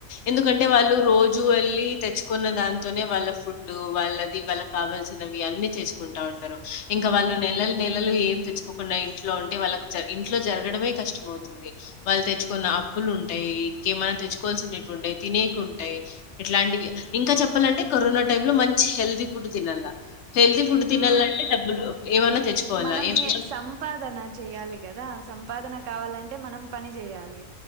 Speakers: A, on the left (about 65°); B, on the right (about 70°).
A: ఎందుకంటే వాళ్ళు రోజు వెళ్ళి తెచ్చుకున్న దాంతోనే వాళ్ళ ఫుడ్ వాళ్ళది వాళ్ళకి కావాల్సినవి అన్ని తెచ్చుకుంటా ఉంటారు ఇంకా
B: ఉమ్
A: వాళ్ళు నెలలు నెలలు ఏమ్ తెచ్చుకోకుండా ఇంట్లో ఉంటే వాళ్ళకు ఇంట్లో జరగడమే కష్టం అవుతుంది వాళ్ళు తెచ్చు కొన్న అప్పులు ఉంటాయి, ఇంకేమనా తెచ్చుకోవాల్సినవి ఉంటాయి తినేకుంటాయి, ఇట్లాంటివి ఇంకా చెప్పాలంటే కరోనా టైమ్ లో మంచి హెల్తీ ఫుడ్ తినాల, హెల్తీ ఫుడ్ తినాలంటే
B: ఆ
A: డబ్బులు ఏమన్నా తెచ్చుకోవాలా
B: మనం
A: ఏమన్నా
B: ఏ సంపాదన చెయాలి, కదా సంపాదన కావాలంటే మనం పని చేయాలి,